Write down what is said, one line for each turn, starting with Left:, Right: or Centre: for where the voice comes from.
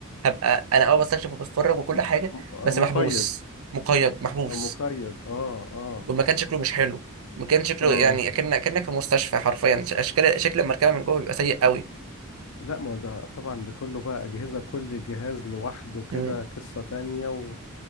Right: هبقى أنا أه بستكشف وبتفرج وكل
Left: م-
Right: حاجة
Left: م- آه،
Right: بس
Left: مقيد
Right: محبوس مقيد محبوس
Left: آه، مقيد اه اه
Right: والمكان شكله مش حلو المكان شكله
Left: اه
Right: يعني أكن أكنك في مستشفى حرفيا ش- أشكال شكل المركبة من جوه بيبقى سيء قوي
Left: لا ما هو ده طبعا ده كله بقى أجهزة كل جهاز لوحده كده
Right: مم.
Left: قصة تانية و...